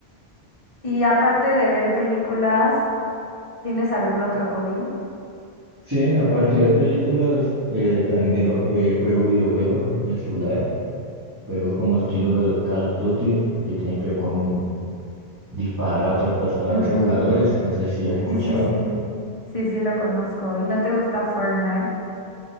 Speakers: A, on the left; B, on the right.
A: Y aparte de ver películas, ¿tienes algún otro hobby?
B: Sí, aparte de películas, eh, también veo, eh, juego videojuegos en el celular. Juegos como estilo de Call of Duty, que tiene que ver con disparar a otras, pers- a
A: Ujú.
B: otros jugadores. No sé si has escuchado.
A: Sí, sí, sí. Sí, sí lo conozco. ¿Y no te gusta Fortnite?